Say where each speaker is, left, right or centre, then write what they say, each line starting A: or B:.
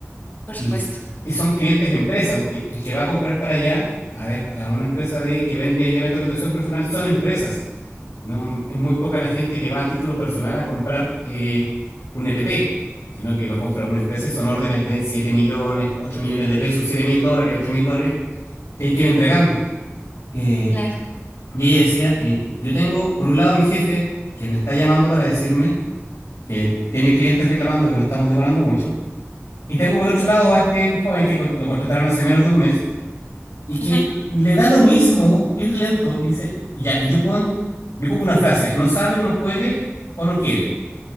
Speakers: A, on the left (about 40°); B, on the left (about 70°).
A: por
B: Y,
A: supuesto.
B: y son clientes empresa, porque el que va a comprar para allá, a, a una empresa de, que vende elementos de protección personal, son empresas. No, es muy poca la gente que va a título personal a comprar eh, un EPP, sino que lo compra una empresa y son órdenes de 7 millones, 8 millones de pesos, siete mil dólares, ocho mil dólares, que hay que ir entregando. Eh,
A: Claro.
B: y ella decía, eh, yo tengo por un lado a mi jefe que me está llamando para decirme que tiene clientes reclamando que no estamos demorando mucho, y tengo por otro lado a este joven que lo contrataron hace menos de un mes, y que
A: ujú,
B: le da lo mismo ir lento y dice, ya, y yo puedo, yo pongo una frase, no sabe, no puede o no quiere.